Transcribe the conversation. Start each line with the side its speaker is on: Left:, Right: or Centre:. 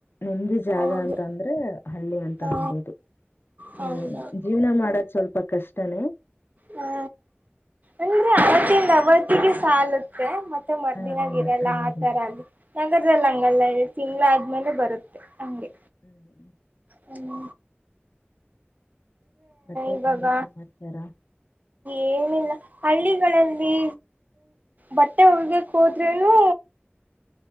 Left: ನೆಮದಿ ಜಾಗ
Right: ಹೌದು
Left: ಅಂತ ಅಂದ್ರೆ ಹಳ್ಳಿ ಅಂತ
Right: ಹಾ
Left: ಅನ್ಬೋದು
Right: ಹೌದೌದು
Left: ಹ್ಮ್ ಜೀವನ ಮಾಡದ ಸ್ವಲ್ಪ ಕಷ್ಟನೇ
Right: ಹಾ ಅಂದ್ರೆ
Left: ಹ
Right: ಅವತ್ತಿಂದ ಅವತ್ತಿಗೆ ಸಾಲುತ್ತೆ ಮ ಮತ್ತೆ ಮರ್ದಿನಾಗ
Left: ಹ
Right: ಇರಲ್ಲ
Left: ಅದೇ
Right: ಆತರ
Left: ಅದೇ ಅದೇ.
Right: ಅದು ನಗರದಲ್ಲಿ ಹಂಗಲ್ಲ ತಿ <unintelligible> ಮೇಲೆ ಬರುತ್ ಹಂಗೆ
Left: ಹ್ಮ್
Right: ಹ್ಮ
Left: ಮತ್ತೆ
Right: ಇವಾಗ
Left: ಎನ್ ಸಮಾಚಾರ
Right: ಏನಿಲ್ಲ ಹಳ್ಳಿಗಳಲ್ಲಿ ಬಟ್ಟೆ ಹೋಗಿಯಕ್ಕೆ ಹೋದ್ರೆ ನೂ